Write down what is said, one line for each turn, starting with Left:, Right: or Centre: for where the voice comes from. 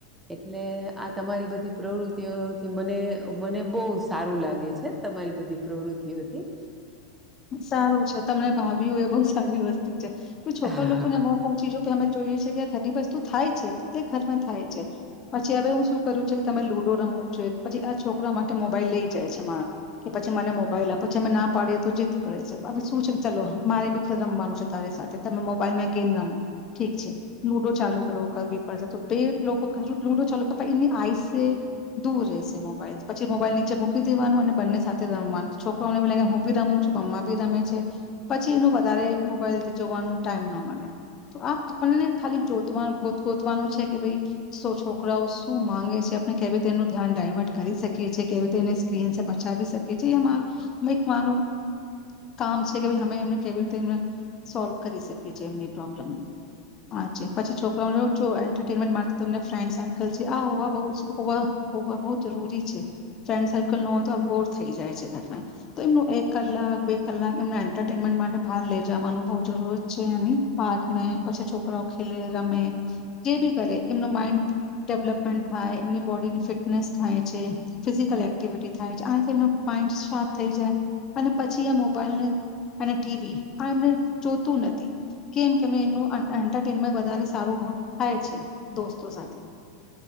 Centre: એટલે આ તમારી બધી પ્રવૃત્તિઓથી મને મને બો સારું લાગે છે તમારી બધી પ્રવૃતિઓથી
Left: સારું છે તમને ભાવ્યું હોય એ બોવ સારી વસ્તુ છોકરા
Centre: હા
Left: લોકો ને
Centre: હા
Left: <unintelligible> અમે જોઈએ છે કે ઘણી વસ્તુ થાય છે તે ઘરમાં થાય છે પછી હવે હું શું કરું છે કે તમે લુડો રમવો છે પછી આ છોકરા માટે મોબાઈલ લઈ જાય છે મારા કે પછી મને મોબાઈલ આપ પછી અમે ના પાડીએ જ કરે છેી શું છે ચલો મારે બી ખેલ રમવાનું છે તારી સાથે તમે મોબાઈલમાં ગેમ રમો ઠીક છે લુડો ચાલુ કરવો કરવી પડશે તો બે લોકો લુડો ચાલુ કર એની આઈસે દૂર રહેશે મોબાઈલ પછી મોબાઈલ નીચે મૂકી દેવાનું અને બંને સાથે રમવાનું છોકરોને એ લાગે હું બી રમ છ મમ્ બી રમે છે પછી એનો વધારે મોબાઈલ જોવાનું ટાઈમ ન મળે તો આ આપણને ખાલી જો ગોતવાનું છે કે ભાઈ સો છોકરાઓ શું માંગે છે આપણે કેવી રીતે એનું ધ્યાન ડાયવર્ટ કરી શકીએ છીએ કેવી રીતે એને સ્ક્રીન પચાવી શકીએ છીએ એ એક માનું કામ છે કે ભ અમે એમને કેવી રીતે એ સોલ્વ કરી શકીએ છીએ એમની પ્રોબ્લેમ હ પછી છોકરા જો એન્ટરટેનમેન્ટ તમને ફ્રેન્ડ સર્કલ છે આ હોવા બહુ હોવા હોવા બહુ જરૂરી છે ફ્રેન્ડ સર્કલ ન હોય તો આ બોર થઈ જાય છે ઘરમાં તો એમનું એક કલાક બે કલાક એમના એન્ટરટેનમેન્ટ માટે બહાર લઇ જવાનું બહ જરૂર જ છે પાર્ક પછી છોકરાઓ ખેલે રમે જે બી કરે એમનું માઈન્ડ ડેવલપમેન્ટ થાય એમની બોડીની ફિટનેસ થાય છે ફિઝિકલ એક્ટિવિટી થાય છે આનાથી એમનું માઇન્ડ શોર્પ થઈ જાય અને પછી આ મોબાઈલ અને ટીવી આ એમને જોતું નથી કેમ કે એમનું એન્ટરટેનમેન્ટ વધારે સારું થાય છે દોસ્તો સાથે